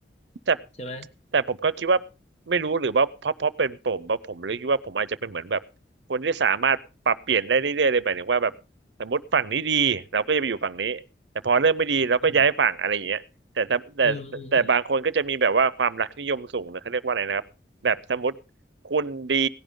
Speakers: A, on the left (about 35°); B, on the right (about 85°).
A: ๆใช่ไหม
B: แต่แต่ผมก็คิดว่าไม่รู้หรือว่าเพราะเพราะเป็นผมเพราะผมเลยคิดว่าผมอาจจะเป็นเหมือนแบบคนที่สามารถปรับเปลี่ยนได้เรื่อยๆเลยหมายถึงว่าแบบสมมติฝั่งนี้ดีเราก็จะไปอยู่ฝั่งนี้แต่พอเริ่มไม่ดีเราก็ย้ายฝั่งอะไรอย่างเงี้ยแต่ถ้าแต่แต่แต่บางคนก็จะมีแบบว่าความรักนิยมสูงนะเขาเรียกว่าอะไรนะครับแบบสมมติคุณดี
A: อืมอืมอืมอืม